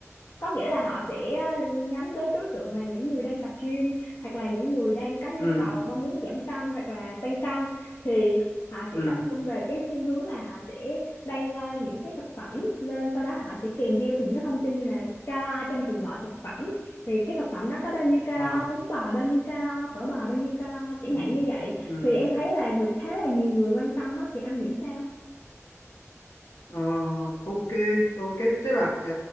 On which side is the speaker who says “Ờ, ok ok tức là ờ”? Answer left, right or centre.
Left